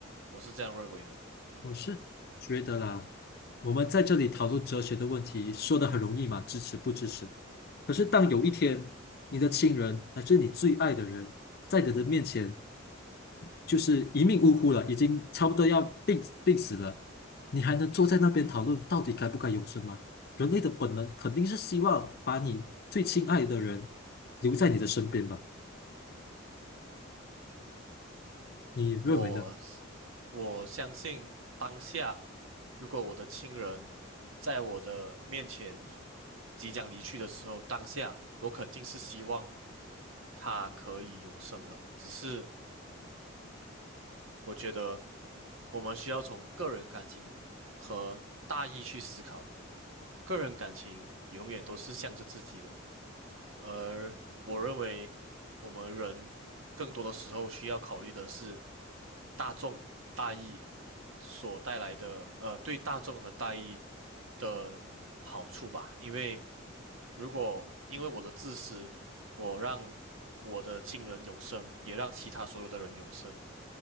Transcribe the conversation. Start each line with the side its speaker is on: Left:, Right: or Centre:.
Right: 我是这样认为的。
Left: 我是觉得啦，我们在这里讨论哲学的问题，说的很容易嘛，支持不支持？可是当有一天你的亲人乃至你最爱的人在你的面前就是一命呜呼了，已经差不多要病病死了，你还能坐在那边讨论到底该不该永生吗？人类的本能肯定是希望把你最亲爱的人留在你的身边吧？你认为呢？
Right: 我是我相信当下，如果我的亲人在我的面前即将离去的时候，当下我肯定是希望他可以永生的。只是我觉得我们需要从个人感情和大义去思考，个人感情永远都是向着自己的。而我认为，我们人更多的时候需要考虑的是大众大义所带来的，呃，对大众和大义的好处吧。因为如果因为我的自私，我让我的亲人永生，也让其他所有的人永生，